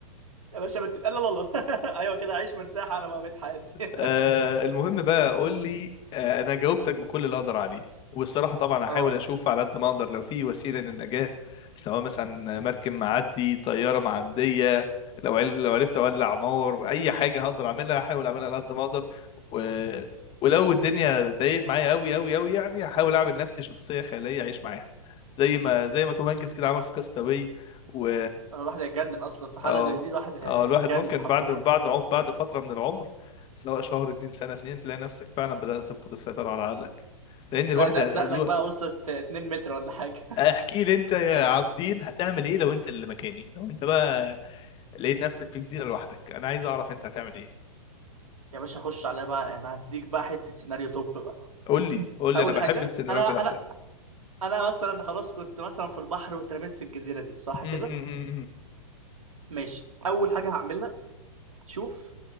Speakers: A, on the right (about 70°); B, on the left (about 25°).
A: يا باشا بت... لا لا لا <laughs> ايوه كده عيش مرتاح انا بقى بقيت حياتي <laughs>
B: آه المهم بقى قول لي آه انا جاوبتك بكل اللي اقدر عليه والصراحه طبعا هحاول
A: اه
B: اشوف على قد ما اقدر لو في وسيله للنجاه سواء مثلا مركب معدي طياره معديه لو عل... لو عرفت اولع نار اي حاجه هقدر اعملها هحاول اعملها على قد ما اقدر و... ولو الدنيا ضايقت معايا قوي قوي قوي يعني هحاول اعمل نفسي شخصيه خياليه اعيش معاها زي ما زي ما توم هانكس كده عمل في كاستاوي و...
A: انا الواحد هيتجنن اصلا في حاله
B: اه
A: زي دي الواحد هيتجنن
B: اه الواحد ممكن
A: حرفيا
B: بعد بعد عم بعد فترة من العمر سواء شهر اتنين سنة اتنين تلاقي نفسك فعلا بدأت تفقد السيطرة على عقلك لأن
A: تلاقي
B: الواحد
A: دق-
B: الو...
A: دقنك بقى وصلت 2 متر ولا حاجه
B: احكي لي انت يا عابدين هتعمل ايه لو انت اللي مكاني لو انت بقى لقيت نفسك في جزيرة لوحدك انا عايز اعرف انت هتعمل ايه
A: <laughs> يا باشا خش عليا بقى انا هديك بقى حته سيناريو توب بقى
B: قول لي قول لي
A: اول
B: انا بحب
A: حاجه
B: السيناريوهات
A: انا انا
B: بتاعتك
A: انا مثلا خلاص كنت مثلا في البحر واترميت في الجزيره دي صح
B: م-
A: كده
B: م- م-
A: ماشي اول حاجه هعملها شوف